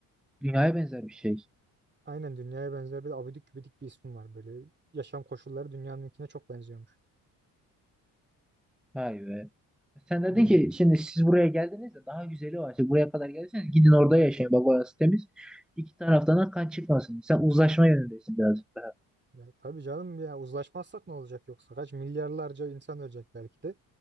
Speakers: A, in the centre; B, on the right.
A: Dünyaya benzer bir şey.
B: Aynen dünyaya benzer bir abidik gübidik bir ismi var böyle. Yaşam koşulları dünyanınkine çok benziyormuş.
A: Vay be. Sen dedin
B: Hmm.
A: ki şimdi siz buraya geldiniz de daha güzeli var. Siz buraya kadar geldiyseniz gidin orada yaşayın. Bak orası temiz. İki taraftan da kan çıkmasın. Sen uzlaşma yönündesin birazcık daha.
B: Ya tabii canım ya uzlaşmazsak ne olacak yoksa kaç milyarlarca insan ölecek belki de.